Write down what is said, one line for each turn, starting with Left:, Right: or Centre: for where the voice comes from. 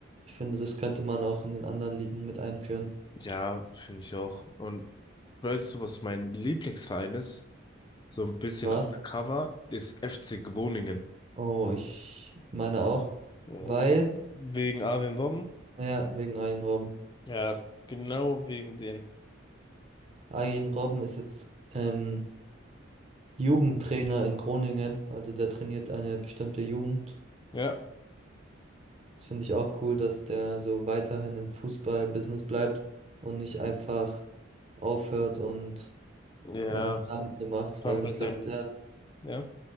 Right: ich finde, das könnte man auch in den anderen Ligen mit einführen.
Left: ja, finde ich auch. Und weißt du, was mein Lieblingsverein ist? So ein bisschen
Right: Was?
Left: undercover ist FC Groningen.
Right: Oh, ich meine auch,
Left: Oh,
Right: weil
Left: Wegen Arjen Robben?
Right: Ah Ja, wegen Arjen Robben.
Left: Ja, genau wegen den.
Right: Arjen Robben ist jetzt ähm, Jugendtrainer in Groningen, also der trainiert eine bestimmte Jugend.
Left: Ja,
Right: Das finde ich auch cool, dass der so weiterhin im Fußball-Business bleibt und nicht einfach aufhört und
Left: ja,
Right: einfach gar
Left: vor
Right: nichts mehr macht, weil
Left: allem bei
Right: ich glaube,
Left: seinem,
Right: der hat,
Left: ja,